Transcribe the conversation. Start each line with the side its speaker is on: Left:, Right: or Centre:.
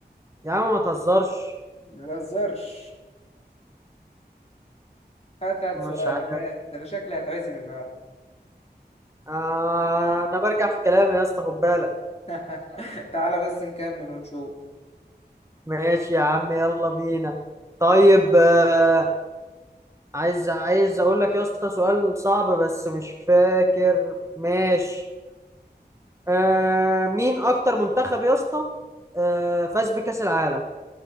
Right: يا عم ما تهزرش
Left: ما بهزرش هات هات
Right: مش
Left: سؤالك
Right: عارف
Left: هات ده أنا شكلي هتعزم النهاردة
Right: آه انا برجع في كلامي يا اسطى خد بالك
Left: <laughs> تعالى بس نكمل ونشوف
Right: ماشي يا عم يلا بينا طيب آه عايز عايز اقول لك يا اسطى سؤال صعب بس مش فاكر ماشي آه مين اكتر منتخب يا اسطى آه فاز بكأس العالم